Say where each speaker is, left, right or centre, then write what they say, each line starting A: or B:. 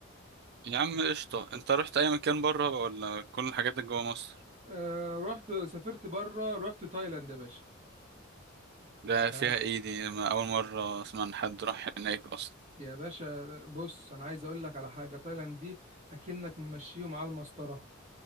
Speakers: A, on the right (about 50°); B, on the right (about 35°).
A: يا عم قشطة انت رحت اي مكان بره بقى ولا كل الحاجات اللي جوا مصر
B: آه رحت سافرت بره رحت تايلاند يا باشا
A: ده
B: يا
A: فيها ايه دي ما اول مرة اسمع ان حد راح هناك اصلا
B: يا باشا بص انا عايز اقول لك على حاجه تايلاند دي اكنك ممشيهم على المسطره